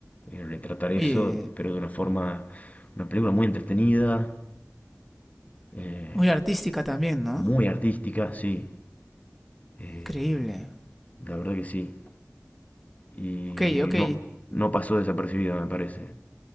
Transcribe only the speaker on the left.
eh, retratar eso,
pero de una forma, una película muy entretenida, eh,
muy artística, sí. eh,
la verdad que sí. Y
no, no pasó desapercibida, me parece.